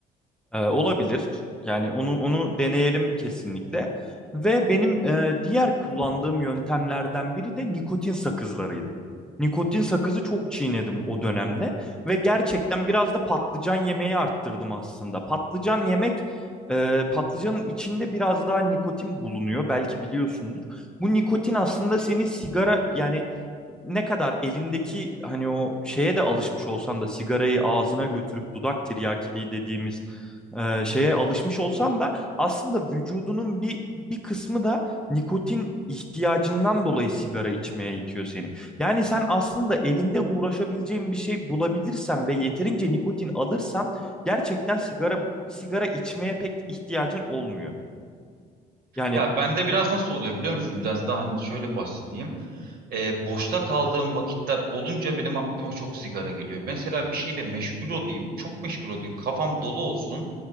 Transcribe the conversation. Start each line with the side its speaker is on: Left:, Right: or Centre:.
Centre: Ee, olabilir. Yani onu onu deneyelim kesinlikle. Ve benim e, diğer kullandığım yöntemlerden biri de nikotin sakızlarıydı. Nikotin sakızı çok çiğnedim o dönemde ve gerçekten biraz da patlıcan yemeği arttırdım aslında. Patlıcan yemek e, patlıcanın içinde biraz daha nikotin bulunuyor belki biliyorsundur. Bu nikotin aslında senin sigara yani ne kadar elindeki hani o şeye de alışmış olsan da sigarayı ağzına götürüp dudak tiryakiliği dediğimiz e, şeye alışmış olsan da aslında vücudunun bir bir kısmı da nikotin ihtiyacından dolayı sigara içmeye itiyor seni. Yani sen aslında elinde uğraşabileceğin bir şey bulabilirsen ve yeterince nikotin alırsan gerçekten sigara sigara içmeye pek ihtiyacın olmuyor. Yani
Right: Ya bende biraz nasıl oluyor biliyor musun? Biraz daha hani şöyle bahsedeyim. e, boşta kaldığım vakitler olunca benim aklıma çok sigara geliyor. Mesela bir şeyle meşgul olayım, çok meşgul olayım, kafam dolu olsun.